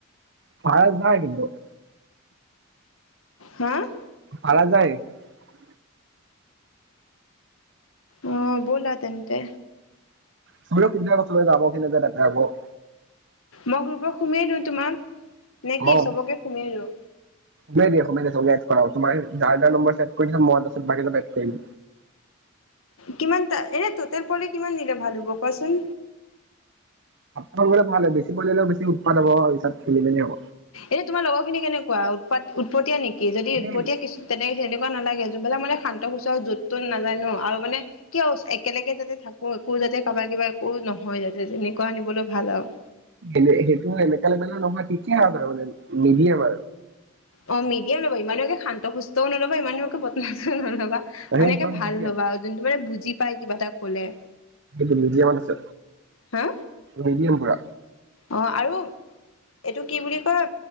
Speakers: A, on the right; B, on the left.
A: ভাড়া নাই কিন্তু <unintelligible>
B: হা <unintelligible>
A: পাৰা যায় <unintelligible>
B: অ, ব'লা তেন্তে।
A: চব কু চে যাব কি এতে যাব <unintelligible>
B: মই গ্ৰোপত সোমিয়াই দিওঁ তোমাক নে কি
A: লম,
B: চবকে সুমিয়াই দিওঁ
A: দিয়া-দিয়া <unintelligible> অ, তোমাৰ যাৰ-যাৰ নম্বৰ চেভ কৰি দিছে, মই তাৰপাছত বাকী নাম্বাৰ এদ কৰিম।
B: কিমান তা, এনে ততেল পোৱালি কিমান দিলে ভাল হ'ব কোৱাচোন?
A: কম হ'লে ভাল হয়, বেছি পৰিলেও বেছি উৎপাত হব পিছত খেলি-মেলি হব।
B: এনে তোমাৰ লগৰ খিনি কেনেকুৱা? উৎপাত উতপতীয়া নেকি? সি যদি
A: সেই
B: উৎপতীয়া কিছু তেনে তেনেকুৱা নালাগে, যোনবিলাক মানে শান্ত- সুস্ত আৰু য'ত-তত নাযায় ন, আৰু মানে কিয় একেলগে যাতে থাকো, একো যাতে কাবা- কিবা একো নহয় যাতে, তেনেকুৱা নিবলৈ ভাল আৰু
A: নে সেইটো এনেকা লেবেলৰ নহয় ঠিকে আছে, মানে মিডিয়াম।
B: অ, মিডিয়াম ল'ব, ইমানকে শান্ত-সুস্থও নলব, ইমানকে বদমাছো নলব। মানে
A: সেই
B: কে ভাল
A: মিডিয়াম
B: ল'বা, যোনটো মানে বুজি পাই কিবা এটা ক'লে।
A: টো মিডিয়ামত আছে
B: হা
A: মিডিয়াম পুৰা।
B: অ আৰু এইটো কি বুলি কয়